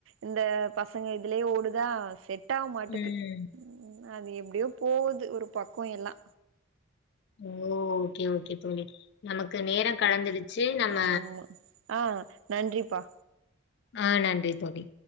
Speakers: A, on the right; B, on the left.
A: இந்த பசங்க இதுலியே ஓடுதா செட் ட்டாவ் மாட்டது
B: ம்.
A: அது எப்டியோ போவுது ஒரு பக்கோ எல்லா
B: ஓ ஓகே ஓகே தோழி நமக்கு நேரோ கடந்துருச்சு நம்ம
A: ஆமா ஆ நன்றிப்பா
B: ஆஹ் நன்றி தோழி